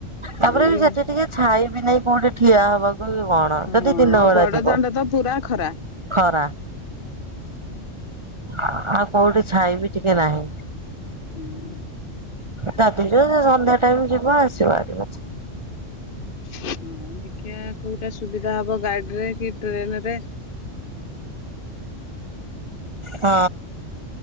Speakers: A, on the right; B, on the left.
A: ତାପରେ
B: ଏଇ
A: ବି ସେଠି ଟିକେ ଛାଇ ବିି ନାଇଁ କୋଉଠି ଠିଆ ହବାକୁ କଣ ଯଦି
B: ହଁ
A: ଦିନ
B: ଆଉ
A: ବେଳା
B: ବଡ
A: ଯିବ।
B: ଦାଣ୍ଡ ତ ପୁରା ଖରା
A: ଖରା ଆଉ କୋଉଠି ଛାଇ ବିି ଟିକେ ନାହିଁ।
B: ହୁଁ।
A: ରାତି ରେ ସେ ସନ୍ଧ୍ୟା ଟାଇମ ଯିବ ଆସିବ ଆରାମସେ।
B: ହଁ ଦେଖିଆ କୋଉଟା ସୁବିଧା ହବ ଗାଡିରେ କି ଟ୍ରେନ ରେ।
A: ହଁ।